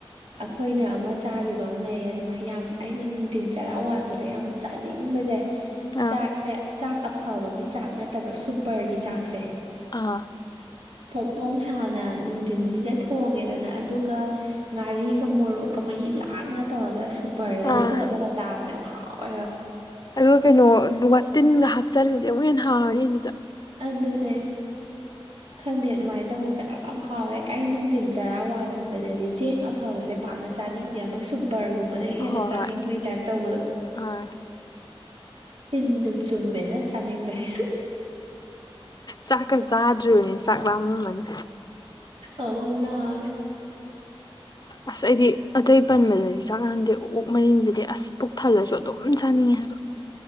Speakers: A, on the right (about 80°); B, on the left (about 45°).
A: ꯑꯩꯈꯣꯏꯅ ꯑꯃ ꯆꯥꯈꯤꯕ ꯑꯃ ꯂꯩꯌꯦ ꯑꯗꯨꯃꯥꯏ ꯌꯥꯝ ꯑꯩꯅ ꯅꯨꯡꯊꯤꯟ ꯆꯔꯥ ꯋꯥꯄꯗ ꯌꯥꯝ ꯆꯥꯅꯤꯡꯕꯁꯦ
B: ꯑꯥ
A: ꯆꯥꯛꯁꯦ ꯆꯥꯛ ꯑꯐꯕꯒꯤ ꯆꯥꯛ ꯅꯠꯇꯕ ꯁꯨꯄꯔꯒꯤ ꯆꯥꯛꯁꯦ
B: ꯑꯥ
A: ꯐꯣꯡ ꯐꯣꯡ ꯁꯥꯅ ꯅꯨꯡꯊꯤꯟꯁꯤꯗ ꯊꯣꯡꯉꯦꯗꯅ ꯑꯗꯨꯒ ꯉꯥꯔꯤꯒ ꯃꯣꯔꯣꯛꯀ ꯃꯍꯤ ꯂꯥꯡꯅ ꯇꯧꯔꯒ ꯁꯨꯄꯔꯁꯤꯒ
B: ꯑꯥ
A: ꯇꯣꯠꯂꯒ ꯆꯥꯕꯁꯦ ꯌꯥꯝ ꯍꯥꯎꯋꯦꯕ
B: ꯑꯗꯨꯒ ꯀꯩꯅꯣ ꯋꯥꯇꯤꯟꯒ ꯍꯥꯞꯆꯜꯂꯗꯤ ꯑꯃꯨꯛ ꯍꯦꯟꯅ ꯍꯔꯅꯤ ꯑꯗꯨꯗ
A: ꯑꯗꯨꯅꯦ
B: <inaudible>
A: ꯈꯪꯗꯦ ꯑꯗꯨꯃꯥꯏꯅ ꯇꯧꯕꯁꯦ ꯌꯥꯝ ꯍꯥꯎꯋꯦ ꯑꯩ ꯅꯨꯡꯊꯤꯟ ꯆꯔꯥ ꯋꯥꯟꯕꯗꯗꯤ ꯆꯦꯡ ꯑꯐꯕꯁꯦ ꯄꯥꯛꯅ ꯆꯥꯅꯤꯡꯗꯦ ꯑꯃ ꯁꯨꯄꯔꯒꯨꯝꯕꯅ ꯍꯦꯟꯅ
B: ꯍꯣꯏ
A: ꯆꯥꯅꯤꯡꯕꯩ
B: ꯍꯣꯏ
A: ꯇꯥꯏꯞ ꯇꯧꯕꯗꯣ
B: ꯑꯥ
A: ꯇꯤꯟ ꯗꯨꯝ ꯆꯨꯝꯃꯦꯗ ꯆꯥꯅꯤꯡꯕꯩ
B: ꯆꯥꯛꯀ ꯆꯥꯗ꯭ꯔꯤꯕꯅꯤ ꯆꯥꯛ ꯂꯥꯝꯃꯝ ꯃꯅꯤ
A: ꯑꯧ ꯂꯥꯝ ꯃꯤ
B: ꯑꯁ ꯑꯩꯗꯤ ꯑꯇꯩ ꯄꯟꯕꯗꯗꯤ ꯆꯥꯛ ꯃꯥꯟꯍꯟꯗꯦ ꯑꯣꯛ ꯃꯔꯤꯟꯁꯤꯗꯤ ꯑꯁ ꯄꯣꯛ ꯊꯜꯂꯁꯨ ꯑꯗꯨꯝ ꯆꯥꯅꯤꯡꯉꯦ ꯍꯥꯏꯕ